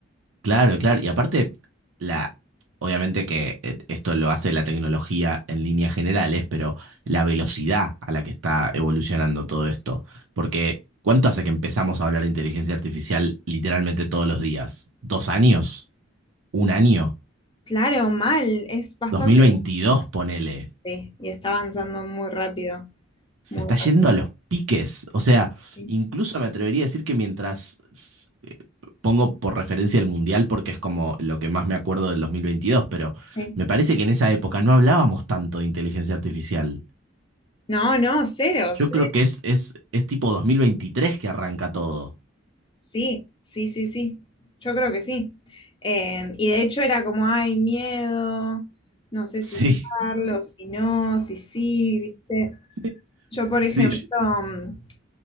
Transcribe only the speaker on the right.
claro, claro. Y aparte, la, obviamente que eh, esto lo hace la tecnología en líneas generales, pero la velocidad a la que está evolucionando todo esto. Porque, ¿cuánto hace que empezamos a hablar de inteligencia artificial literalmente todos los días? ¿Dos años? un año,
dos mil veintidós ponele,
se
está yendo
a los piques. O sea,
incluso me atrevería a decir que mientras s- eh, pongo por referencia el Mundial porque es como lo que más me acuerdo del dos mil veintidós pero
me parece que en esa época no hablábamos tanto de inteligencia artificial.
Yo
creo que es, es, es tipo 2023 que arranca todo.
Sí,
<laughs>
sí, yo-